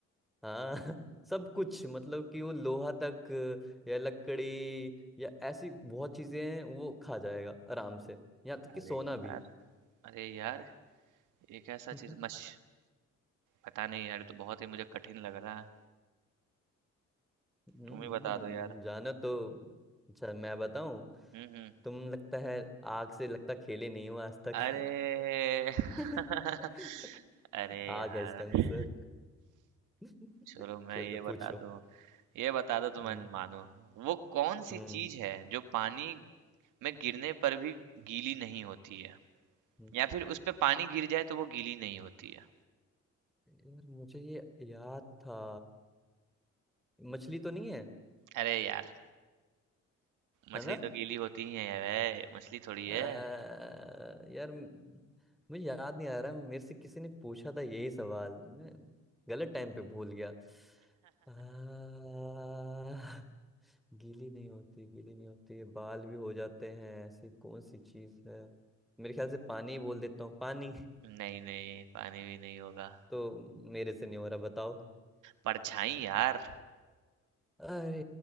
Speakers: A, in the centre; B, on the right.
A: हाँ <laughs> सब कुछ मतलब कि वो लोहा तक या लकड़ी या ऐसी बहुत चीजें हैं वो खा जाएगा आराम से यहाँ तक कि
B: अरे
A: सोना
B: यार
A: भी
B: अरे यार एक ऐसा
A: <laughs>
B: चीज मछ पता नहीं यार ये तो बहुत ही मुझे कठिन लग रहा है
A: हम्म
B: तुम ही बता दो यार
A: जानो तो अच्छा मैं बताऊं
B: हम्म हम्म
A: तुम लगता है आग से लगता खेले नहीं हो आज तक
B: अरे
A: <laughs>
B: <laughs> अरे
A: आग
B: यार
A: है इसका आंसर <laughs>
B: चलो मैं
A: चलो
B: ये बता
A: पूछो
B: दूं ये बता दो तुम
A: हम्म
B: मानो वो कौन सी
A: हम्म
B: चीज है जो पानी में गिरने पर भी गीली नहीं होती है
A: हम्म।
B: या फिर उस पे पानी गिर जाए तो वो गीली नहीं होती है
A: यार मुझे ये याद था मछली तो नहीं है
B: अरे यार मछली
A: है ना?
B: तो गीली होती ही है वे मछली थोड़ी
A: अह,
B: है
A: यार म- मुझे याद नहीं आ रहा मेरे से किसी ने पूछा था यही सवाल मैं गलत टाइम पे भूल गया अह, गीली नहीं होती गीली नहीं होती बाल भी हो जाते हैं ऐसी कौन सी चीज है मेरे ख्याल से पानी ही बोल देता हूँ पानी <laughs>
B: नहीं नहीं पानी भी नहीं होगा
A: तो मेरे से नहीं हो रहा बताओ
B: परछाई यार
A: अरे